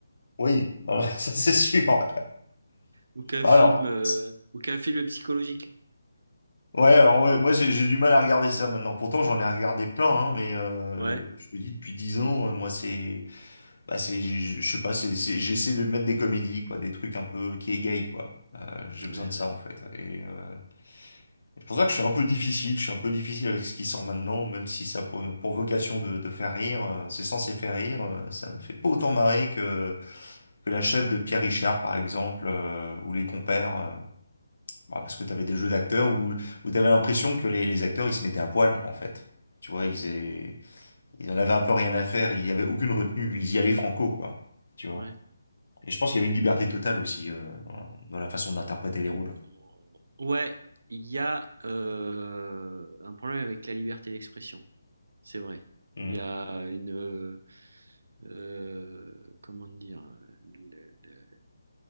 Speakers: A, on the left; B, on the right.
A: Oui, non, <laughs> ça c'est sûr. Bah,
B: ou qu'un
A: Alors,
B: film, euh,
A: c-
B: ou qu'un film psychologique.
A: ouais, alors ouais, moi j'ai j'ai du mal à regarder ça maintenant. Pourtant, j'en ai regardé plein, hein, mais euh,
B: Ouais,
A: je te dis depuis dix ans, euh, moi c'est, bah c'est, je je sais pas, c'est, c'est- j'essaie de mettre des comédies, quoi, des trucs un peu qui égayent, quoi. Euh, j'ai
B: ouais,
A: besoin
B: ouais.
A: de ça en fait. Et euh, C'est pour ça que je suis un peu difficile, je suis un peu difficile avec ce qui sort maintenant, même si ça a pour, pour vocation de, de faire rire, euh, c'est censé faire rire, euh, ça me fait pas autant marrer que, que la chef de Pierre Richard, par exemple, euh, ou les compères, euh, bah, parce que t'avais des jeux d'acteurs où, où t'avais l'impression que les, les acteurs, ils se mettaient à poil, en fait. Tu vois, ils, aient- ils en avaient un peu rien à faire, il y avait aucune retenue, ils y allaient franco, quoi. Tu vois.
B: ouais.
A: Et je pense qu'il y avait une liberté totale aussi, euh, dans la dans la façon d'interpréter les rôles.
B: Ou- Ouais, il y a euh, un problème avec la liberté d'expression, c'est vrai.
A: Mm.
B: Il y a une euh, euh, comment dire, le- le-